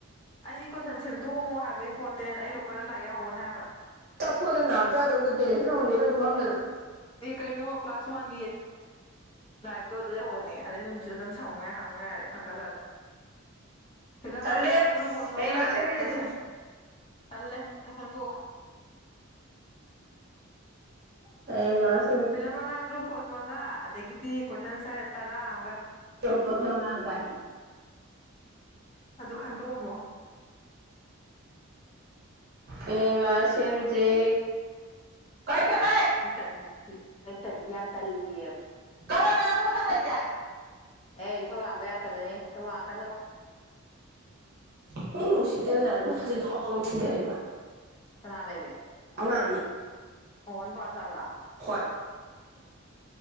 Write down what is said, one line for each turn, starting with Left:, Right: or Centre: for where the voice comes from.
Left: ꯑꯩꯒꯤ ꯀꯣꯏꯁꯟ ꯁꯦꯝꯗꯣꯛꯑꯝꯃꯣ ꯍꯥꯏꯕ ꯏꯝꯄꯣꯔꯇꯦꯟ ꯑꯩ ꯂꯣꯛ ꯀꯔꯗ ꯂꯥꯛ ꯌꯥꯎꯍꯧꯕꯅꯦ ꯍꯥꯏꯕ
Right: ꯆꯥꯊꯣꯛꯗ ꯅꯥꯞ ꯆꯥꯗꯕ ꯀꯩ ꯀꯩ ꯂꯩꯦꯅ ꯅꯪꯗꯣꯏꯅꯁꯨ ꯈꯪꯗꯅ
Left: ꯑꯦ ꯀꯥꯏꯅꯣ ꯀ ꯀ꯭ꯂꯥꯁ ꯋꯥꯟ ꯂꯥꯏꯔꯤꯛꯇꯣ ꯑꯗꯨ ꯂꯩꯍꯧꯕꯅꯦ ꯑꯗꯩ ꯅꯨꯅꯨꯡꯠꯁꯤꯗ ꯑꯗꯨꯝ ꯁꯪꯉꯣꯏ ꯌꯥ ꯍꯪꯉꯣꯏ ꯌꯥꯔꯦ ꯈꯟꯒꯠꯂꯒ ꯐꯤꯂꯝ
Right: ꯇꯜꯂꯦ
Left: ꯃꯪꯉꯥ ꯇ꯭ꯔꯨꯐꫭꯜꯁ
Right: ꯍꯌꯦꯡ
Left: ꯃꯪꯉꯥ
Right: ꯂꯥꯛꯑ ꯁꯦꯝꯃꯤꯟꯅꯁꯦ
Left: ꯀꯣꯏꯁꯟ ꯇꯜꯂꯦ ꯅꯪ ꯁꯦꯝꯇꫭꯛ ꯑꯝꯃꫭ
Right: ꯍꯌꯦꯡ ꯂꯥꯁ
Left: ꯐꯤꯂꯞ ꯃꯪꯉꯥ ꯇ꯭ꯔꯨ ꯐꯣꯜꯁ ꯃꯪꯉꯥ ꯑꯗꯒꯤꯗꯤ ꯀꯣꯏꯁꯟ ꯑꯟ ꯁꯔ ꯇꯔꯥ ꯑꯃꯒ
Right: ꯇ ꯂꯉꯅ ꯀꯥꯏ <unintelligible>
Left: ꯑꯗꯨ ꯈꯟꯗꯣꯛꯑꯝꯃꯣ
Right: ꯑꯌꯦꯡ ꯂꯥꯛꯑ ꯁꯦꯝꯖꯦ ꯀꯩꯅꯣꯍꯦ
Left: ꯑꯗꯨ ꯇꯟꯗꯤ ꯈꯔ ꯇꯟꯗꯤ ꯌꯥꯝ ꯇꯜꯂꯤꯌꯦꯕ
Right: ꯀꯅꯥ ꯀꯅꯥꯅꫭ ꯃꯊꯛ ꯂꯩꯖꯦ
Left: ꯑꯦ ꯏꯊꯧꯧ ꯂꯥꯡꯕ ꯌꯥꯗꯕꯅꯦ ꯏꯧ ꯂꯥꯡꯉꯛꯀꯅꯨ
Right: ꯄꯨꯡ ꯅꯨꯡꯁꯤꯠꯇꯔꯖꯥꯔꯦ ꯃꯊꯛꯥꯁꯦ ꯗꯣꯡ ꯂꯣꯛ ꯊꯤꯟꯊꯔꯛꯏꯕ
Left: ꯀꯅꯥ ꯂꯩꯒꯦ
Right: ꯑꯉꯥꯡꯅꯤ
Left: ꯑꯣꯅ ꯄ ꯆꯗ
Right: ꯍꯣꯏ
Left: ꯎꯝ